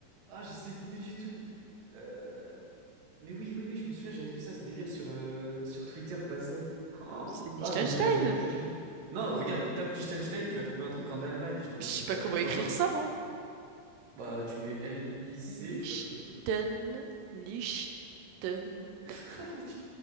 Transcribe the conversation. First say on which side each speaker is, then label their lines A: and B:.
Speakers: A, on the right; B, on the right.
A: Ah, je sais plus du tout. Euh, Mais oui, oui, oui, je me souviens, j'avais vu ça, ce délire sur, euh, sur Twitter passer. Oh,
B: C'est Liechtenstein.
A: ah, je me souviendrai plus du nom. Non, regarde, tape Liechtenstein, tu vas trouver un truc en Allemagne. J'étais en
B: Je
A: mode...
B: sais pas
A: Après,
B: comment
A: tu
B: écrire
A: m'as parlé...
B: ça, moi.
A: Bah, tu mets L-I-C,
B: Liechten...
A: tu vas trouver.
B: Liechtenstein.
A: <laughs> Mais tu-